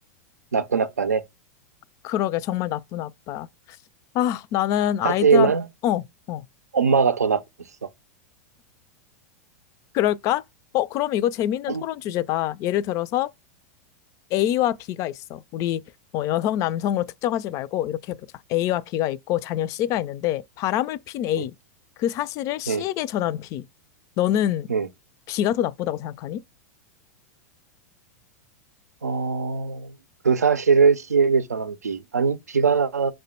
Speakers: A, on the right; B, on the left.
A: 나쁜 아빠네.
B: 그러게, 정말 나쁜 아빠야. 아, 나는
A: 하지만,
B: 아이들한, 어, 어.
A: 엄마가 더 나빴어.
B: 그럴까? 어, 그럼 이거 재밌는
A: 엄,
B: 토론 주제다. 예를 들어서, A와 B가 있어. 우리 어, 여성, 남성으로 특정하지 말고 이렇게 해보자. A와 B가 있고 자녀 C가 있는데 바람을 핀 A.
A: 음,
B: 그 사실을 C에게
A: 음,
B: 전한 B. 너는
A: 음.
B: B가 더 나쁘다고 생각하니?
A: 어, 그 사실을 C에게 전한 B. 아니, B가